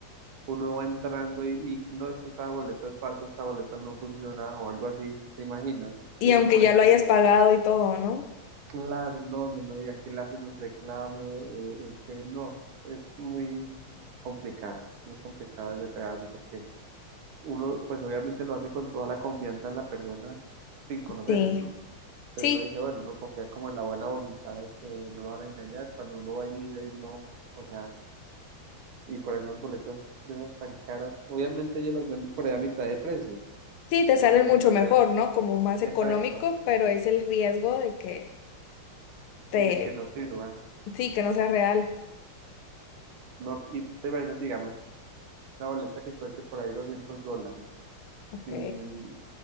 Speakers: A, on the right; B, on the left.
A: uno va entrando y, y, no es que esta boleta es falsa, esta boleta no funciona o algo así, ¿te imaginas?
B: y
A: Y
B: aunque
A: uno por
B: ya
A: ahí
B: lo
A: que,
B: hayas pagado y todo, ¿no?
A: claro, no, no, no, y aquí le hacen un reclamo o, o que no, es muy complicado, muy complicado ese pedazo porque... uno pues obviamente lo hace con toda la confianza en la persona sin conocerla,
B: Sí.
A: ¿no? Pero
B: Sí,
A: uno dice, bueno, uno confía como en la buena voluntad de que no lo van a engañar, cuando uno va y mira y no, o sea, y por esas boletas de esas tan caras, obviamente ellos las venden por ahí a mitad de precio,
B: sí, te sale
A: porque
B: mucho
A: tal
B: mejor,
A: vez,
B: ¿no? Como más económico,
A: exacto,
B: pero es el riesgo de que te,
A: de que no sirvan,
B: sí, que no sea real.
A: no, y te imaginas, digamos, una boleta que cueste por ahí 200 dólares,
B: Ok,
A: y,